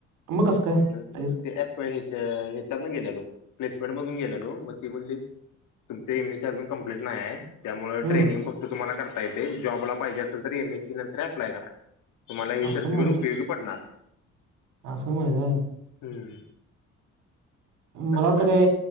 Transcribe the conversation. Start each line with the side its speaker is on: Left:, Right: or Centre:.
Right: मग कसं काय
Left: म्हणजे
Right: लगेच
Left: ते पं हेच्या ह्याच्यात ना गेल्यालो प्लेसमेंट मधून गेल्यालो मग ती म्हणली तुमची इमेज अजून कंप्लीट नाही आहे त्यामुळ
Right: हम्म
Left: ट्रेनिंग फक्त तुम्हाला करता येते जॉबला पाहिजे असेल तर एम एसी नंतर अप्लाय करा. तुम्हाला ही
Right: असं
Left: सर्टीफिकीट
Right: म्हण
Left: उपयोगी पडणार
Right: असं झालं.
Left: हम्म.
Right: मला
Left: असं
Right: वाटलं
Left: झालं